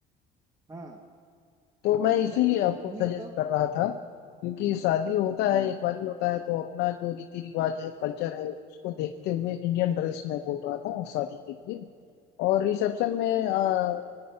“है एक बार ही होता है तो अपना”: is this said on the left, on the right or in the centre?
Left